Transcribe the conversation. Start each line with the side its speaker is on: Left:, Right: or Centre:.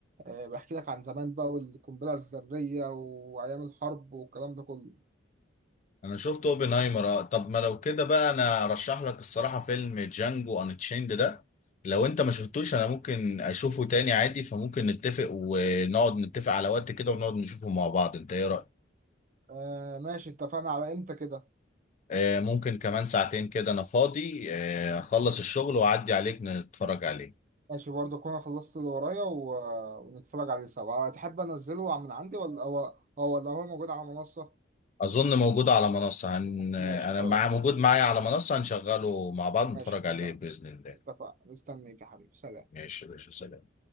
Right: أه بحكي لك عن زمان بقى والقنبلة الذرية وأيام الحرب والكلام ده كله
Left: انا شفت اوبنهايمر آه. طب ما لو كده بقى انا ارشح لك الصراحة فيلم جانجو ان تشيند ده لو انت ما شفتوش انا ممكن اشوفه تاني عادي فممكن نتفق ونقعد نتفق على وقت كده ونقعد نشوفه مع بعض انت ايه رأيك
Right: أه ماشي اتفقنا على امتى كده
Left: آه، ممكن كمان ساعتين كده انا فاضي آه، اخلص الشغل واعدي عليك نتفرج عليه
Right: ماشي برضه أكون خلصت اللي ورايا و... ونتفرج عليه سوا تحب أنزله من عندي ولا هو هو ولا هو موجود على منصة
Left: اظن موجود على منصة هن... انا
Right: ماشي خلاص
Left: مع موجود معايا على منصة هنشغله مع بعض
Right: ماشي
Left: نتفرج
Right: اتفقنا
Left: عليه بإذن الله
Right: اتفقنا مستنيك يا حبيبي سلام
Left: ماشي يا باشا سلام